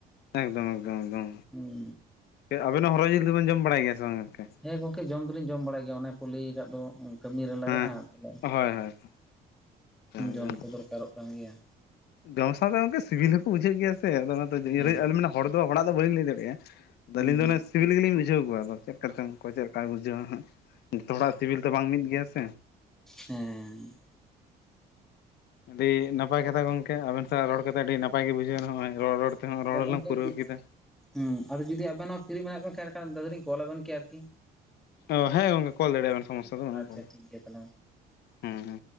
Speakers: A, on the left; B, in the centre.
A: ᱮᱠᱫᱚᱢ ᱮᱠᱫᱚᱢ ᱮᱠᱫᱚᱢ,
B: ᱦᱩᱸ
A: ᱟᱵᱤᱱ ᱦᱚᱸ ᱦᱚᱨᱚ ᱡᱤᱞ ᱫᱚ ᱵᱮᱱ ᱡᱚᱢ ᱵᱟᱲᱟᱭ ᱜᱮᱭᱟ ᱥᱮ ᱵᱟᱝ ᱜᱚᱝᱠᱮ?
B: ᱦᱮᱸ ᱜᱚᱢᱠᱮ ᱡᱚᱢ ᱫᱚᱞᱤᱧ ᱡᱚᱢ ᱵᱟᱲᱟᱭ ᱜᱮᱭᱟ ᱚᱱᱮ ᱠᱚ ᱞᱟᱹᱭ ᱟᱠᱟᱫ ᱫᱚᱼᱼ ᱠᱟᱹᱢᱤ ᱨᱮ ᱞᱟᱜᱟᱜᱼᱟ
A: ᱦᱮᱸ
B: ᱛᱟᱦᱚᱞᱮ
A: ᱦᱳᱭ ᱦᱳᱭ ᱮᱠᱫᱚᱢ ᱮᱠᱫᱚᱢ
B: ᱡᱚᱢ ᱛᱚ ᱫᱚᱨᱠᱟᱨᱚᱜ ᱠᱟᱱ ᱜᱮᱭᱟ᱾
A: ᱡᱚᱢ ᱥᱟᱸᱣᱛᱮ ᱜᱚᱝᱠᱮ ᱥᱤᱵᱤᱞ ᱦᱚᱸᱠᱚ ᱵᱩᱡᱷᱟᱹᱜ ᱜᱮᱭᱟ ᱥᱮ, ᱟᱫᱚ ᱚᱱᱟ ᱛᱮ
B: ᱦᱮᱸ
A: <unintelligible> ᱦᱚᱲ ᱫᱚ ᱦᱚᱲᱟᱜ ᱫᱚ ᱵᱟᱹᱞᱤᱧ ᱞᱟᱹᱭ ᱫᱟᱲᱮᱭᱟᱜᱼᱟ᱾ ᱟᱫᱚ
B: ᱦᱩᱸ
A: ᱟᱹᱞᱤᱧ ᱫᱚ ᱚᱱᱮ ᱥᱤᱵᱤᱞ ᱜᱮᱞᱤᱧ ᱵᱩᱡᱷᱟᱹᱣ ᱠᱚᱣᱟ, ᱟᱫᱚ ᱪᱮᱫ ᱠᱟ ᱪᱚᱝ ᱚᱠᱚᱭ ᱪᱮᱫ ᱞᱮᱠᱟᱭ ᱵᱩᱡᱷᱟᱹᱣᱟ᱾ ᱡᱚᱛᱚᱚᱲᱟᱜ ᱥᱤᱵᱤᱞ ᱫᱚ ᱵᱟᱝ ᱢᱤᱫ ᱜᱮᱭᱟᱼᱼ
B: ᱦᱩᱸ᱾
A: ᱟᱹᱰᱤ ᱱᱟᱯᱟᱭ ᱠᱟᱛᱷᱟ ᱜᱚᱢᱠᱮ ᱟᱵᱮᱱ ᱥᱟᱜ ᱨᱚᱲ ᱠᱟᱛᱮᱜ ᱟᱹᱰᱤ ᱱᱟᱯᱟᱭ ᱜᱮ ᱵᱩᱡᱷᱟᱹᱣᱱᱟ ᱱᱚᱜᱼᱚᱭ᱾ ᱨᱚᱲ ᱨᱚᱲ ᱛᱮᱦᱚᱸ ᱨᱚᱲ
B: ᱟᱫᱚ
A: ᱦᱚᱞᱟᱝ
B: ᱜᱚᱝᱠᱮ
A: ᱯᱩᱨᱟᱹᱣ ᱠᱮᱫᱟ᱾
B: ᱦᱩᱸ ᱟᱫᱚ ᱡᱩᱫᱤ ᱟᱵᱮᱱ ᱦᱚᱸ ᱯᱷᱤᱨᱤ ᱢᱮᱱᱟᱜ ᱵᱮᱱ ᱠᱷᱟᱱ ᱮᱸᱲᱮᱠᱷᱟᱱ ᱢᱤᱫ ᱫᱷᱟᱣ ᱫᱚᱞᱤᱧ ᱠᱚᱞ ᱟᱵᱮᱱ ᱠᱮᱭᱟ ᱟᱨᱠᱤ᱾
A: ᱚ ᱦᱮᱸ ᱜᱚᱢᱠᱮ ᱠᱚᱞ ᱫᱟᱲᱮᱭᱟᱜ ᱵᱮᱱ ᱥᱚᱢᱚᱥᱟ ᱫᱚ ᱵᱟᱹᱱᱩᱜᱼᱟ᱾
B: ᱟᱪᱪᱷᱟ ᱴᱷᱤᱠ ᱜᱮᱭᱟ ᱛᱟᱦᱚᱞᱮ ᱢᱟ
A: ᱦᱮᱸ ᱦᱮᱸ